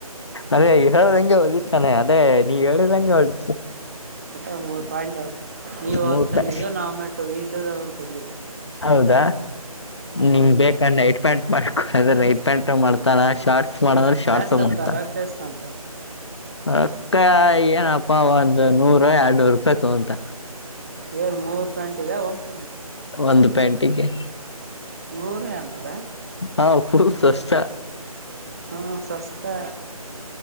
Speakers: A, on the left; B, on the right.
A: ಅದೇ ಹೇಳದಂಗೆ ಹೊಲಿತಾನೆ ಅದೇ ನೀ ಹೇಳಿದಂಗ ಹೊಲಿತ
B: ಓಟ್ಟ ಮೂರ್ ಪ್ಯಾಂಟ್ ಆವಾ ನೀವ
A: ಮೂರ್
B: ಒ ತಂದಿದ್ದ
A: ಪ್ಯಾ
B: ನಾವು ಮೆಟ್ಟು ವೀಟದಾಗಂತ ತಂದಿದ್ದ.
A: ಹೌದಾ
B: ಅದೊಂದು
A: ನಿಂಗ ಬೇಕಾ ನೈಟ್ ಪ್ಯಾಂಟ್ ಮಾಡ್ಕೊದ್ರ ಪ್ಯಾಂಟ ಮಾಡ್ತಾನ ಶಾರ್ಟ್ಸ್ ಮಾಡಂದ್ರ ಶಾರ್ಟ್ಸ್
B: ಜಾಸ್ತಿ
A: ಮಾಡ್ತಾನ.
B: ಅಂತ ರೊಕ್ಕ ಎಷ್ಟ ಅಂತ
A: ಅತ್ತ ಏನಪ್ಪ ಒಂದ ನೂರ ಎರಡ್ನೂರು ರೂಪಾಯಿ ತಗೊಂತ
B: ಏ ಮೂರ್ ಪ್ಯಾಂಟ ಇಗ ಒಂದ
A: ಒಂದ ಪ್ಯಾಂಟಿಗೆ
B: ನೂರ ಎನೂರ
A: ಹಾ ಪ ಸಸ್ತಾ
B: ಹಾ ಸಸ್ತೆ.